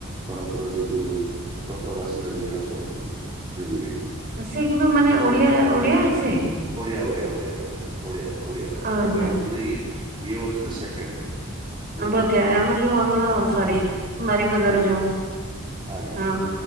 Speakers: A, on the right; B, on the right.
A: ବରହମ୍ପୁର ଜେକି ପ୍ରପର ବାସିନ୍ଦ ଜେଗ ରାସ୍ତା କରିଥିଲେ। <unintelligible>
B: ଆ ସେ କିନ୍ତୁ ମାନେ ଓଡିଆ ଓଡିଆ ସେ?
A: ଓଡିଆ ଓଡିଆ ଓଡିଆ ଓଡିଆ ଓଡିଆ ଓଡିଆ
B: ଆଚ୍ଛା
A: ଏବେ ହଉଛନ୍ତି ଇ ଇଏ ହଉଛନ୍ତି ସେକେଣ୍ଡ। ବୁଝିଲେ
B: ଆମ ପ୍ର ଆମର ଯୋଉ ଆମର
A: ଆ
B: ସରି ବାରିପଦାର
A: ଠିକ
B: ଯୋଉ
A: ଆଜ୍ଞା
B: ହଁ
A: ଆଜ୍ଞା।